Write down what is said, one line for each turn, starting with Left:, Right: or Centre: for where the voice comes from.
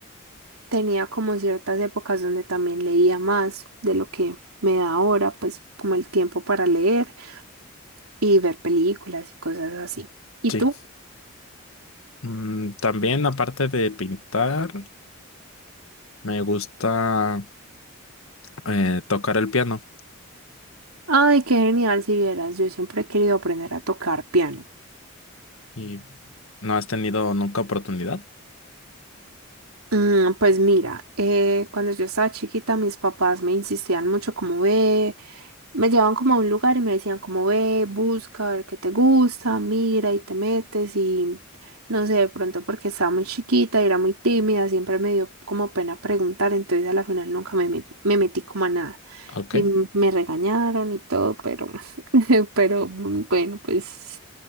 Right: tenía como ciertas épocas donde también leía más de lo que me da ahora, pues como el tiempo para leer y ver películas y cosas así. ¿Y
Left: sí.
Right: tú?
Left: Mm, también, aparte de pintar, me gusta eh, tocar el piano.
Right: Ay, qué genial si vieras, yo siempre he querido aprender a tocar piano.
Left: ¿Y no has tenido nunca oportunidad?
Right: Mm, pues mira, eh, cuando yo estaba chiquita, mis papás me insistían mucho como ve, me llevaban como a un lugar y me decían como ve, busca, a ver qué te gusta, mira y te metes y no sé, de pronto porque estaba muy chiquita y era muy tímida, siempre me dio como pena preguntar, entonces a la final nunca me, met- me metí como a nada
Left: Ok,
Right: y m- me regañaron y todo, pero, <laughs> pero mm, bueno, pues